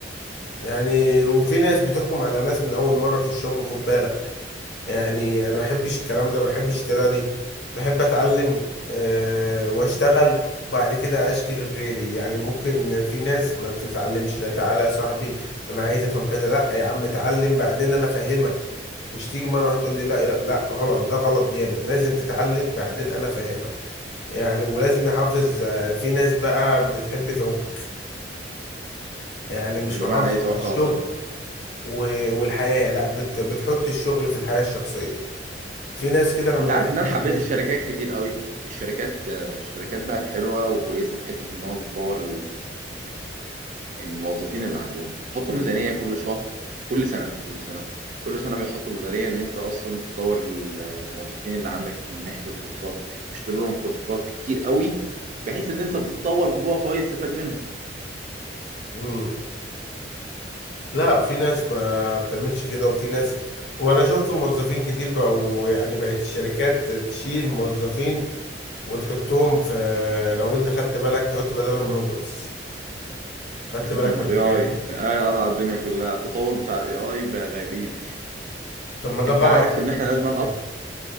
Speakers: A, on the left; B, on the right.
A: يعني وفي ناس بتحكم على ناس من أول مرة في الشغل خد بالك يعني انا ما بحبش الكلام ده ما بحبش الطريقه دي بحب اتعلم آه، واشتغل بعد كده اشكي لغيري يعني ممكن في ناس ما تتعلمش لا تعالى يا صاحبي انا عايز افهم كذا لا يا عم اتعلم بعدين انا افهمك مش تيجي مره واحده تقول لي لا لا لا، غلط ده غلط جامد لازم تتعلم بعدين انا افهمك يعني ولازم يحافظ آه، في ناس بقى بتحب تعوق يعني مش
B: بمعنى
A: محافظة
B: ايه توقع
A: على الشغل
B: قصدك
A: و- والحياة لا بت بتحط الشغل في الحياة الشخصية في ناس كده انا ما
B: انت
A: بحبش
B: عارف ان انا حبيت
A: الناس
B: الشركات
A: دي
B: كتير قوي الشركات آه، الشركات بقت حلوه وكويسه في حته ان هو بتطور ال- الموظفين اللي عندهم بيحطوا ميزانيه كل شهر كل سنه كل سنه كل سنه بيحطوا ميزانيه ان انت اصلا تطور الموظفين اللي عندك من ناحيه الكورسات بيشتروا لهم كورسات كتير قوي بحيث ان انت تتطور جوه فهو يستفاد منهم
A: مم. لا في ناس ما بتعملش كده وفي ناس وانا شفت موظفين كتير بقوا يعني بقت الشركات تشيل موظفين وتحطهم في لو انت خدت بالك تحط بدلهم روبوتس خدت
B: <laughs>
A: بالك من الحكايه
B: الاي اي
A: دي
B: الاي قضى على الدنيا كلها التطور بتاع الاي اي بقى غريب
A: طب ما ده
B: انت
A: غلط
B: عارف
A: طب
B: ان
A: ما
B: احنا
A: انت
B: لازم
A: شايف ليه؟